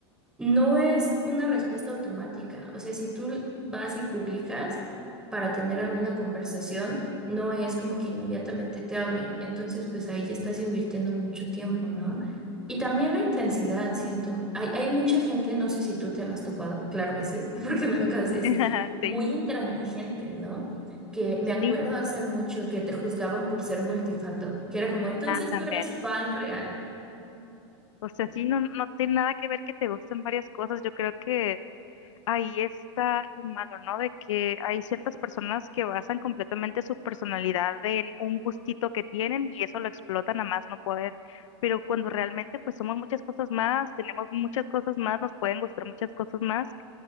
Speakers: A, in the centre; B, on the left.
A: No es una respuesta automática. O sea, si tú vas y publicas para tener alguna conversación, no es como que inmediatamente te hablen. Entonces, pues ahí ya estás invirtiendo mucho tiempo, ¿no? Y también la intensidad, siento. Hay, hay mucha gente, no sé si tú te la has topado, claro que sí, <laughs> porque me lo acabas de decir,
B: <laughs>
A: muy
B: sí,
A: intransigente, ¿no? Que me
B: sí,
A: acuerdo hace mucho que te juzgaban por ser multifandom, que era como, entonces
B: también.
A: no eres fan real.
B: O sea, sí, no, no tiene nada que ver que te gusten varias cosas. Yo creo que ahí está lo malo, ¿no? De que hay ciertas personas que basan completamente su personalidad en un gustito que tienen y eso lo explotan a más no poder. Pero cuando realmente pues somos muchas cosas más, tenemos muchas cosas más, nos pueden gustar muchas cosas más